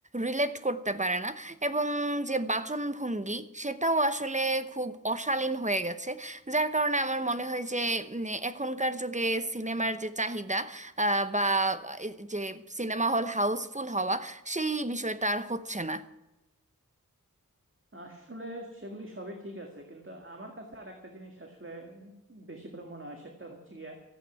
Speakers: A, on the right; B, on the right.
A: রিলেট করতে পারে না এবং যে বাচনভঙ্গি সেটাও আসলে খুব অশালীন হয়ে গেছে যার কারণে আমার মনে হয় যে উম, এখনকার যুগে সিনেমার যে চাহিদা আহ, বা এই যে সিনেমা হল হাউসফুল হওয়া সেই বিষয়টা আর হচ্ছে না
B: আসলে সেগুলি সবই ঠিক আছে কিন্তু আমার কাছে আর একটা জিনিস আসলে উম, বেশি করে মনে হয় সেটা হচ্ছে গিয়া